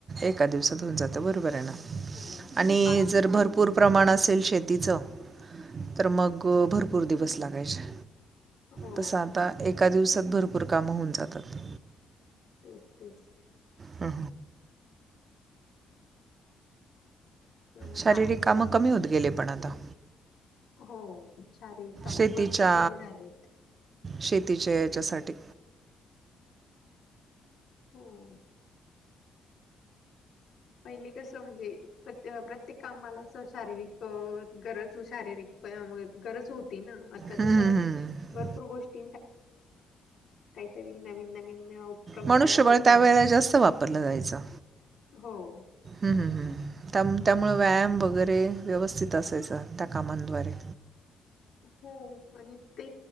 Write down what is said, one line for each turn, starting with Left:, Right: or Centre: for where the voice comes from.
Right: एका दिवसात होऊन जातं बरोबर आहे ना?
Left: हो
Right: आणि
Left: बाकी
Right: जर भरपूर प्रमाण असेल शेतीचं, तर मग
Left: हो
Right: भरपूर दिवस लागायचे
Left: हो
Right: तस आता एक एका दिवसात भरपूर कामं होऊन जातात.
Left: तेस तेस,
Right: ह.
Left: किंवा मग
Right: शारीरिक
Left: बाकी गोष्टी
Right: कामं कमी होत गेले पण आता.
Left: हो शारीरिक काम
Right: शेतीच्या
Left: भरपूर कमी झालेत.
Right: शेतीच्या याच्यासाठी
Left: हो! पहिली कसं म्हणजे प्र प्रत्येक कामाला शारीरिक गरज शारीरिक गरज होती ना आता
Right: हम्म,
Left: कसं
Right: हम्म, हम्म.
Left: भरपूर गोष्ट काहीतरी नवीन नवीन. उपक्रम
Right: मनुष्यबळ
Left: तयार होतात
Right: त्यावेेळेला जास्त वापरलं जायचं.
Left: हो!
Right: हम, हम, हम! त्यामुळे व्यायाम वगैरे व्यवस्थित असायचा त्या कामाद्वारे.
Left: हो आणि ते